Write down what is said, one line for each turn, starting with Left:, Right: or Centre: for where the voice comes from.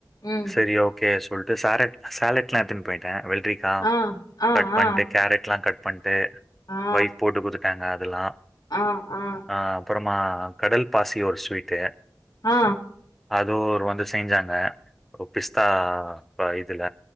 Left: ம்
Centre: செரி ஓகே சொல்ட்டு சாரெட் சாலட்ல்லா எத்துன் போய்ட்டே வெள்ரிக்கா
Left: ஆ ஆ
Centre: கட் பண்ட்டு
Left: ஆ
Centre: கேரெட்லா கட் பண்ணிட்டு.. பண்ட்டு
Left: ஆ
Centre: ஒய்ஃப் போட்டு குட்த்துட்டாங்க அதெல்லா
Left: ஆ ஆ
Centre: ஆ அப்பறமா கடல் பாசி ஒரு ஸ்வீட்டு
Left: ஆ
Centre: அதுவுரு வந்து செய்ஞ்சாங்க ஒ பிஸ்தா ப இதுல